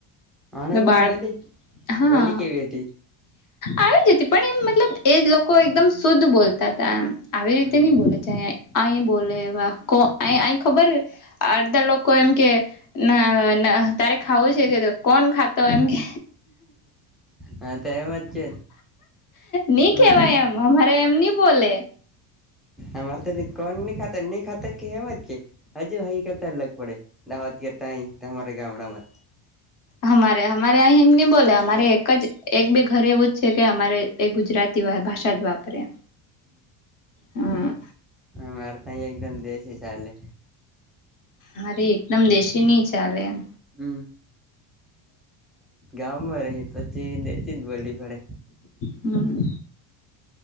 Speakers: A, in the centre; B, on the left.
A: આણંદની
B: તો બાળ
A: બોલી,
B: હા
A: બોલી કેવી હતી?
B: આવી જ હતી. પણ એમ મતલબ એ લોકો એકદમ શુદ્ધ બોલતા તા એમ. આવી રીતે
A: હમ
B: નઈ બોલે જાય અય બોલે એવા કો અય અય ખબર અડધા લોકો એમ કે ન ન તારે ખાવું છે કે તો કોન ખા તો એમ કે.
A: હા તો એમ જ છે
B: ની
A: હા
B: કેવાય એમ અમારે એમ ની બોલે.
A: અમારે તો ની કોન ની ખાતે ની ખાતે કે એમજ કે હજુ અહી કરતા અલગ પડે દાવત કરતા અહી તમારા ગામડામાં.
B: હમારે હમારે અહીં એમ ની બોલે અમારે એક જ એક બે ઘરે એવું જ છે કે અમારે એ ગુજરાતી ભાષા જ વાપરે હમ.
A: હ મારે તહી એકદમ દેશી ચાલે.
B: મારે એકદમ દેશી નહ ચાલે એમ.
A: હમ ગામમાં રહી પછી દે જ બોલી પડે.
B: હમ્મ